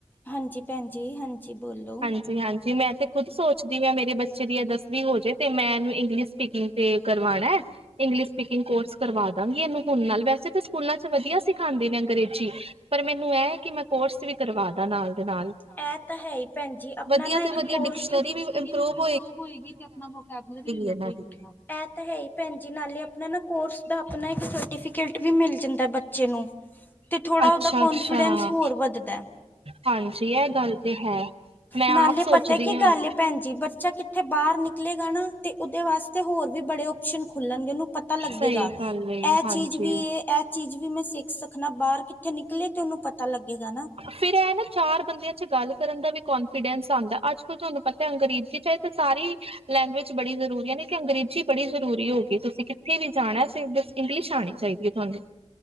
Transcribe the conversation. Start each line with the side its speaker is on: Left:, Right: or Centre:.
Left: ਹਾਂਜੀ ਭੈਣ ਜੀ ਹਾਂਜੀ ਬੋਲੋ
Right: ਜੀ ਹਾਂਜੀ ਮੈਂ ਇਥੇ ਖੁਦ ਸੋਚਦੀ ਮੈਂ ਮੇਰੇ ਬੱਚੇ ਦੀ ਦੱਸਵੀਂ ਹੋ ਜੇ ਤੇ ਮੈਂ ਇਹਨੂੰ ਇੰਗਲਿਸ਼ ਸਪੀਕਿੰਗ ਤੇ ਕਰਵਾਣਾ। ਇੰਗਲਿਸ਼ ਸਪੀਕਿੰਗ ਕੋਰਸ ਕਰਵਾ ਦਾਂਗੀ ਇਹਨੂੰ ਨਾਲ ਵੈਸੇ ਤਾਂ ਸਕੂਲਾਂ 'ਚ ਵਧੀਆ ਸਿਖਾਂਦੇ ਨੇ ਅੰਗਰੇਜੀ ਪਰ ਮੈਨੂੰ ਇਹ ਹ ਕਿ ਮੈਂ ਕੋਰਸ ਵੀ ਕਰਵਾ ਦਾ ਨਾਲ ਦੇ ਨਾਲ
Left: ਇਹ ਤਾ ਹੈ ਈ। ਭੈਣਜੀ ਆਪਣਾ
Right: ਵਧੀਆ
Left: ਨਾ
Right: ਤੇ
Left: ਕੋਰਸ
Right: ਵਧੀਆ ਡਿਕਸ਼ਨਰੀ
Left: ਇਪਰੂਵ
Right: ਵੀ ਇੰਪਰੂਵ
Left: ਹੋਏਗੀ ਤੇ ਆਪਣਾ ਵੋਕੈਬਲਰੀ ਵੀ ਵਧੇਗੀ
Right: ਇਹਨਾਂ ਦੀ
Left: ਨਾ। ਐ ਤਾ ਹੈ ਹੀ ਭੈ ਭੈਣ ਜੀ ਨਾਲੇ ਆਪਣਾ ਨਾ ਕੋਰਸ ਦਾ ਆਪਣਾ ਇੱਕ ਸਰਟੀਫਿਕੇਟ ਵੀ ਮਿਲ ਜਾਂਦਾ ਬੱਚੇ ਨੂੰ ਤੇ ਥੋੜ੍ਹਾ
Right: ਅੱਛਾ
Left: ਉਹਦਾ ਕੋਨਫੀਡੈਂਸ
Right: ਅੱਛਾ
Left: ਹੋਰ ਵੱਧਦਾ
Right: ਹਾਂਜੀ ਇਹ ਗੱਲ ਤੇ ਹੈ ਮੈਂ
Left: ਨਾਲੇ
Right: ਆਪ ਸੋਚਦੀ
Left: ਪਤਾ ਕੀ
Right: ਹਾਂ
Left: ਗੱਲ ਭੈਣ ਜੀ ਬੱਚਾ ਕਿੱਥੇ ਬਾਰ ਨਿਕਲੇਗਾ ਨਾ ਅਤੇ ਉਹਦੇ ਵਾਸਤੇ ਤੇ ਹੋਰ ਵੀ ਬੜੇ ਓਪਸ਼ਨ ਖੁੱਲਣਗੇ ਉਹਨੂੰ ਪਤਾ ਲੱਗੇਗਾ।
Right: ਸਹੀ ਗੱਲ ਏ
Left: ਇਹ
Right: ਹਾਂਜੀ
Left: ਚੀਜ਼ ਵੀ ਇਹ ਚੀਜ਼ ਵੀ ਮੈਂ ਸਿੱਖ ਸਕਣਾ ਬਾਰ ਕਿੱਥੇ ਨਿਕਲੇ ਤੇ ਉਹਨੂੰ ਪਤਾ ਲੱਗੇਗਾ ਨਾ।
Right: ਫਿਰ ਇਹ ਨਾ ਚਾਰ ਬੰਦਿਆਂ 'ਚ ਗੱਲ ਕਰਨ ਦਾ ਵੀ ਕੋਂਨਫੀਡੈਂਸ ਆਂਦਾ ਅੱਜ ਬਿਲਕੁਲ ਤੁਹਾਨੂੰ ਪਤਾ ਹੈ ਅੰਗਰੇਜ਼ੀ ਚਾਹੇ ਤਾਂ ਸਾਰੀ ਲੈਂਗੁਏਜ ਬੜੀ ਜ਼ਰੂਰੀ ਹੈ ਨਈ ਕਿ ਅੰਗਰੇਜ਼ ਬੜੀ ਜ਼ਰੂਰੀ ਹੋ ਗਈ ਤੁਸੀਂ ਜਿਥੇ ਵੀ ਜਾਣਾ ਬਸ ਇੰਗਲਿਸ਼ ਆਣੀ ਚਾਹੀਦੀ ਹੈ ਤੁਹਾਨੂੰ